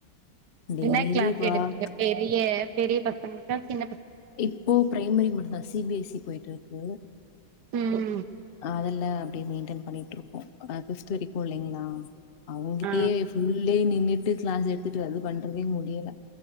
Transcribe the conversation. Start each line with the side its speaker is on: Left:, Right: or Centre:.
Left: டெய்லி
Right: என்ன க்ளாஸ்
Left: வாக்
Right: எடுப்பீங்க பெரிய பெரிய பசங்களுக்கா சின்ன பச
Left: இப்போ ப்ரைமரி மட்டுதா சீ பி எஸ் சீ போய்ட்டு இருக்கு
Right: ம்
Left: அதுல்லா அப்டியே மெய்ன்டன் பண்ணிட்டு இருக்கோ அதிஸ்ட்டு ஹிப்போ இல்லெங்களா அவ்ங்கிட்டயே
Right: ஆ
Left: ஃபுல் டே நின்னுட்டு க்ளாஸ் எடுத்துட்டு அது பண்றதே முடில